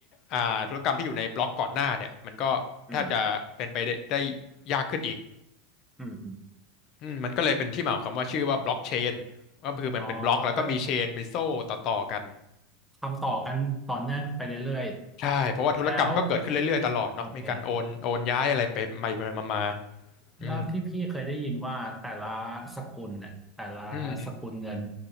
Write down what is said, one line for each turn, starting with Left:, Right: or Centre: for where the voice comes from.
Left: อ่าธุรกรรมที่อยู่ในบล็อกก่อนหน้าเนี่ยมันก็แทบจะเป็นไปได้ได้
Centre: อืม
Left: ยากขึ้นอีก
Centre: อืมอืม
Left: อืมมันก็เลยเป็นที่มาของคำว่าชื่อว่าบล็อกเชนก็คือมันเป็นบล็อกแล้วก็มีเชนมีโซ่ต่อๆกัน
Centre: อ๋อเพื่อทำต่อกันต่อเนื่องไปเรื่อยๆแล้ว
Left: ใช่เพราะว่าธุรกรรมก็เกิดขึ้นเรื่อยๆตลอดเนาะมีการโอนโอนย้ายอะไรไปไปมามา
Centre: โอเค
Left: อืม
Centre: แล้วที่พี่เคยได้ยินว่าแต่ละสกุลเนี่ยแต่ละสกุลเงิน
Left: อืมอืม